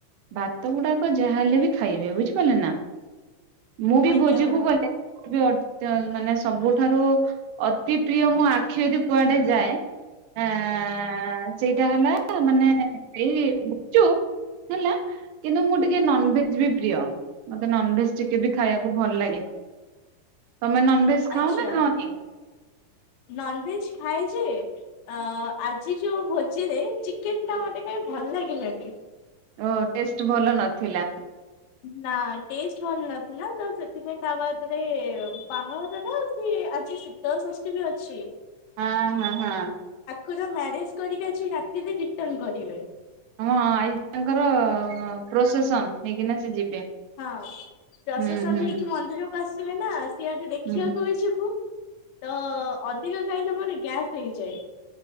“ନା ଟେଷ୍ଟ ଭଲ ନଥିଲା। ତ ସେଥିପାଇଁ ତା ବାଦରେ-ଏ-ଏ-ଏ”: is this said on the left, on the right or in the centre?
Left